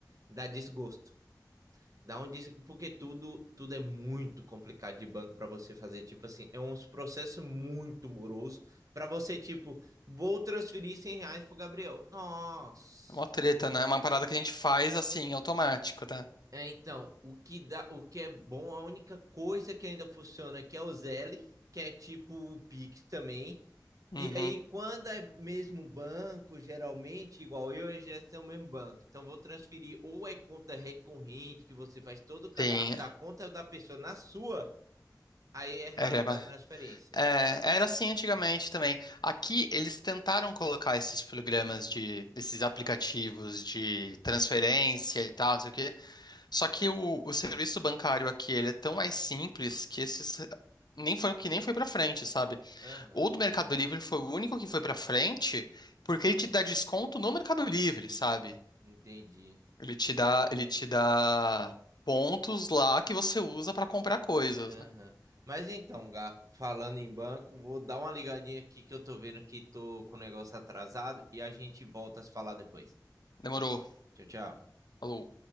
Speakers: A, on the right; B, on the left.
A: dá desgosto. Dá um des... porque tudo tudo é muito complicado de banco para você fazer, tipo assim, é um processo muito moroso para você tipo, vou transferir 100 reais pro Gabriel. Nossa.
B: É Uma treta, né? É uma parada que a gente faz assim, automático, né?
A: É, Então, o que dá, o que é bom, a única coisa que ainda funciona aqui é o Zelle, que é tipo o Pix também.
B: Uhum.
A: E aí, quando é mesmo banco, geralmente, igual eu e a Jéssica é o mesmo banco. Então, vou transferir ou é conta recorrente, que você faz todo o cadastro
B: Sim.
A: da conta da pessoa na sua, aí é rápida
B: Era, ba-
A: a transferência.
B: é, era assim antigamente também. Aqui eles tentaram colocar esses programas de, esses aplicativos de transferência e tal, não sei o quê. Só que o, o serviço bancário aqui, ele é tão mais simples que esses nem foi o que nem foi pra frente, sabe?
A: Aham,
B: O do Mercado Livre foi o único que foi pra frente, porque ele te dá desconto no Mercado Livre, sabe?
A: entendi.
B: Ele te dá, ele te dá pontos lá que você usa pra comprar coisas,
A: Aham.
B: né?
A: Mas então, Gá, falando em banco, vou dar uma ligadinha aqui que eu tô vendo que tô com o negócio atrasado e a gente volta a se falar depois.
B: Demorou.
A: Tchau, tchau.
B: Falou.